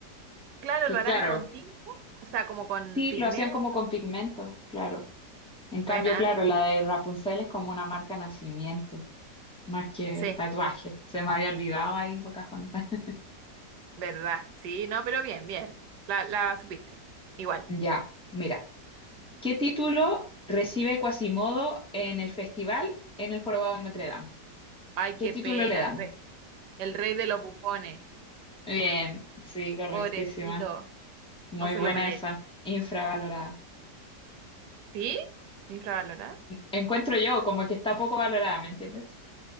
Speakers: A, on the right; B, in the centre.
A: claro,
B: que
A: lo harán
B: claro,
A: con tinta, o sea, como con
B: sí,
A: pigmento.
B: lo hacían como con pigmento, claro. En cambio,
A: Buena.
B: claro, la de Rapunzel es como una marca nacimiento. más que
A: Sí,
B: tatuaje. Se me había olvidado ahí Pocahontas. <laughs>
A: ¿Verdad? Sí, no, pero bien, bien. La, la supiste. Igual.
B: Ya, mira. ¿Qué título recibe Quasimodo en el festival en el Jorobado de Notre Dame?
A: Ay, qué
B: ¿Qué título
A: pena,
B: le dan?
A: el rey, el rey de los bufones.
B: Bien, sí, correctísima.
A: Pobrecito,
B: Muy
A: no se
B: buena
A: lo merece.
B: esa. Infravalorada.
A: ¿Sí? ¿Infravalorado?
B: Encuentro yo como que está poco valorada, ¿me entiendes?